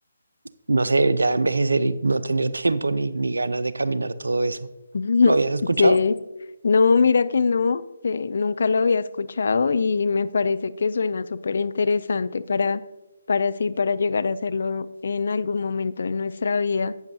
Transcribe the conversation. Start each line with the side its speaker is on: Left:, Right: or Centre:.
Right: no sé, ya envejecer y no tener <laughs> tiempo ni, ni ganas de caminar todo eso.
Left: <laughs>
Right: ¿Lo habías escuchado?
Left: Sí, no, mira que no, que nunca lo había escuchado y me parece que suena súper interesante para, para sí, para llegar a hacerlo en algún momento de nuestra vida,